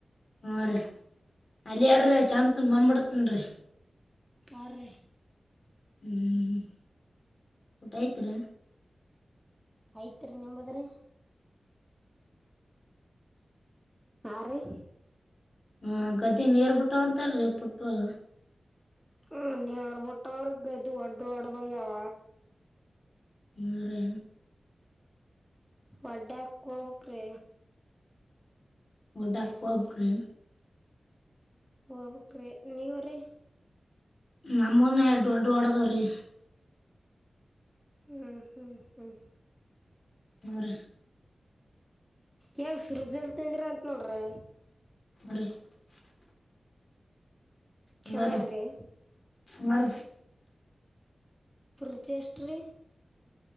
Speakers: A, on the left; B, in the centre.
A: ಹ ರೀ ಅಲ್ಲಿ ಯಾರೀ ಚಾಮತ್ನ್ ಬಂಬ್ಬಿಡ್ತನ್ರಿ
B: ಕಾರ್ರ
A: ಹ್ಮ್ ಹ್ಮ್ ಊಟ ಆಯ್ತೀರ
B: ಯ್ತ್ರಿೀ ನಿಂಬದ್ರಿ ಹಾ ರೀ
A: ಹ್ಮ ಗದ್ದಿ ನೀರ್ಬಿಟ್ಟು ಅಂತಲ್ರಿ ಪಟ್ಪರ
B: ಹ ನೀರಬಟ್ಟ ಗ್ದ ಅಡ ಹಡವಾವ
A: ಮರೆ
B: ವಾಡಾ ಕಬ್ರೆ
A: ಒಡಾಕ್ ಪಬ್್ರ
B: ಹಬಕ್್ರಿ ನೀವ್ರೀ
A: ನಮ್ಮನ್ ಎಡ್ ದಡ್ಡಓಡದಾವ್ರೀ
B: ಹ್ಮ್ ಹ್ಮ್ ಹ್ಮ್
A: ಅವರ
B: ಯಾವ ಸರುಜ ಎಲ್ ತಿಂದಿರ ಅಂತ ನೋಡ್ರಿ
A: ಹ
B: ಚಲೋ
A: ಬರ
B: ಅದ್ರಿ
A: ಬರ
B: ಪರ್ಜೆಸ್್ರಿ